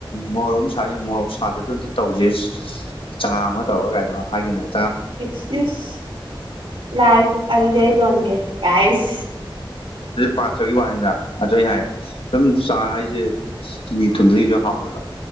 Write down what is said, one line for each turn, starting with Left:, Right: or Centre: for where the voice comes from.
Left: ꯃꯣꯔꯣꯛ ꯁꯅ ꯃꯣꯔꯣꯛ ꯁꯥꯗꯗꯣ ꯑꯝꯇ ꯇꯧꯖꯩ ꯆꯉꯥꯡ ꯑꯃ ꯇꯧꯔꯒꯥꯒꯥꯏꯗꯩ ꯃꯥ ꯍꯥꯏꯈꯤꯝꯅꯦꯕ
Right: ꯏꯁ ꯏꯁ ꯂꯥꯏ ꯑꯜꯗꯤ ꯑꯩ ꯂꯣꯟꯒꯦ ꯀꯥꯏꯁ
Left: ꯄꯥꯠꯇ꯭ꯔꯒꯤ ꯋꯥꯅꯤꯗ ꯑꯗꯨ ꯑꯩ ꯍꯥꯏꯌꯦ ꯁꯨꯝ ꯆꯥꯡ ꯍꯥꯏꯁꯦ ꯆꯤꯅꯤ ꯊꯨꯗꯔꯤꯁꯨ ꯍꯥꯎꯋꯦꯕ